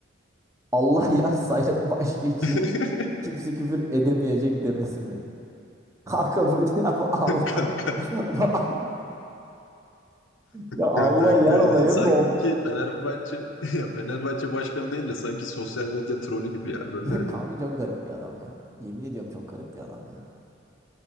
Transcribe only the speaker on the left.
<laughs>
kanka
ya kanka
ya sanki
Fenerbahçe <laughs> ya Fenerbahçe başkanı değil de sanki sosyal medya trolü gibi ya böyle
hani.